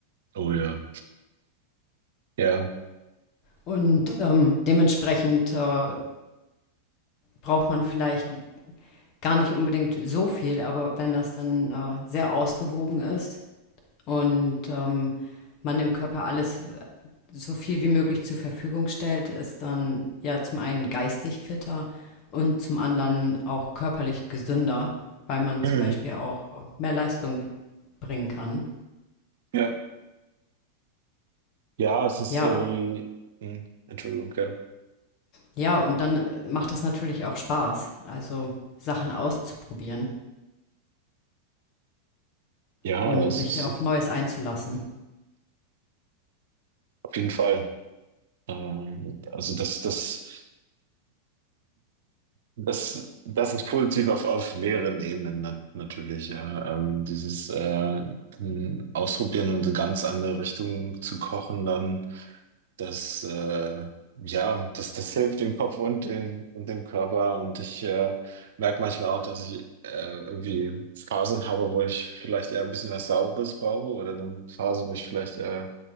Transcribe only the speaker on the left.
Und ähm, dementsprechend äh, braucht man vielleicht gar nicht unbedingt so viel, aber wenn das dann äh, sehr ausgewogen ist und ähm, man dem Körper alles äh, so viel wie möglich zur Verfügung stellt, ist dann ja zum einen geistig fitter und zum anderen auch körperlich gesünder, weil man
zum Beispiel auch mehr Leistung bringen kann.
Ja,
ja, und dann macht es natürlich auch Spaß, also Sachen auszuprobieren
und
sich
auf Neues einzulassen.